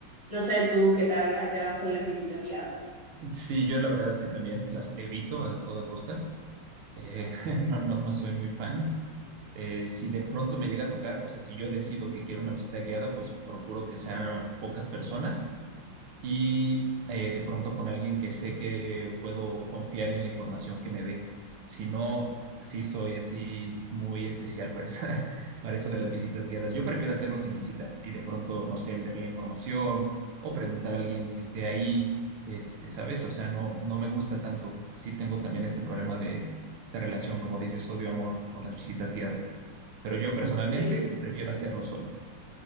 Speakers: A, on the left (about 25°); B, on the right (about 80°).
A: No sé tú qué tal allá son las visitas guiadas.
B: Sí, yo la verdad es que también las evito a toda costa. Eh, <laughs> no, no, no soy muy fan. Eh, si de pronto me llega a tocar, o sea, si yo decido que quiero una visita guiada, pues procuro que sean pocas personas y eh, de pronto con alguien que sé que puedo confiar en la información que me dé. Si no, sí soy así muy especial para, esa- <laughs> para eso de las visitas guiadas. Yo prefiero hacerlo sin visita y de pronto, no sé, leer la información o preguntar a alguien que esté ahí, este, ¿sabes? O sea, no, no me gusta tanto. Sí tengo también este problema de esta relación, como dices, odio-amor con las visitas guiadas. Pero yo personalmente
A: Sí.
B: prefiero hacerlo solo.